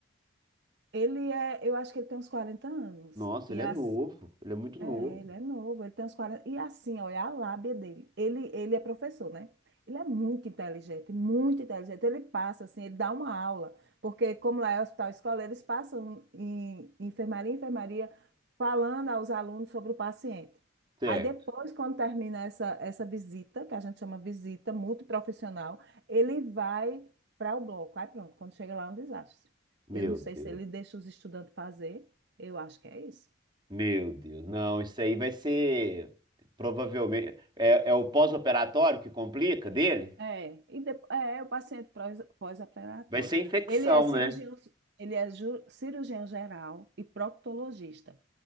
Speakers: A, on the right; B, on the right.
A: ele é, eu acho que ele tem uns 40 anos,
B: Nossa,
A: e
B: ele é
A: a,
B: novo. Ele é muito
A: É,
B: novo.
A: ele é novo, ele tem uns quarenta E assim, olha a lábia dele. Ele, ele é professor, né? Ele é muito inteligente, muito inteligente. Ele passa, assim, ele dá uma aula. Porque, como lá é hospital escola, eles passam em enfermaria, enfermaria, falando aos alunos sobre o paciente.
B: Certo.
A: Aí depois, quando termina essa, essa visita, que a gente chama visita multiprofissional, ele vai para o bloco. Aí pronto, quando chega lá é um desastre.
B: Meu
A: Eu não sei
B: Deus.
A: se ele deixa os estudantes fazer, eu acho que é isso
B: Meu Deus. Não, isso aí vai ser provavelmente. É, é o pós-operatório que complica dele?
A: É, e depo- é é o paciente prós- pós-operatório.
B: Vai ser infecção,
A: Ele é cirurgião,
B: né?
A: ele é ju- cirurgião geral e proctologista.